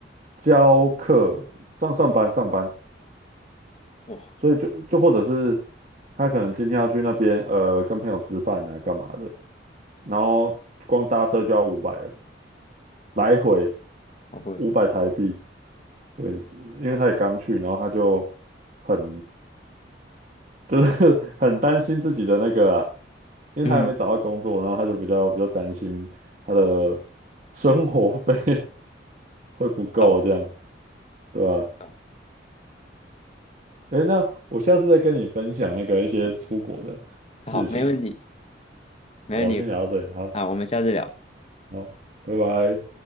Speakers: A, on the right; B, on the left.
A: 教课、上上班、上班，
B: <laughs> 哇，
A: 所以就就或者是他可能今天要去那边呃跟朋友吃饭啊，干嘛的，然后光搭车就要五百了，
B: 好贵，
A: 来回
B: 好贵。
A: 五百台币，对，因为他也刚去，然后他就很就是 <laughs> 很担心自己的那个啊因为他还没找到工作，
B: 嗯，
A: 然后他就比较比较担心他的生活费会不够这样，
B: 懂
A: 对吧？
B: 懂，
A: 诶，那我下次再跟你分享那个一些出国的事情。
B: 好，没问题，没问题。
A: 好，我先讲到这里，好，
B: 好，我们下次聊。
A: 好，拜拜。